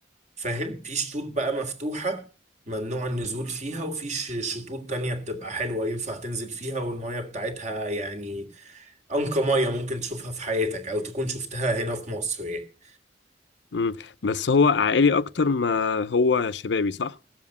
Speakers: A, on the right (about 40°); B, on the left (about 70°).
A: فاهم في شطوط بقى مفتوحة ممنوع النزول فيها وفي ش- شطوط تانية بتبقى حلوة ينفع تنزل فيها والمية بتاعتها يعني أنقى مية ممكن تشوفها في حياتك أو تكون شفتها هنا في مصر يعني
B: امم بس هو عائلي اكتر ما هو شبابي صح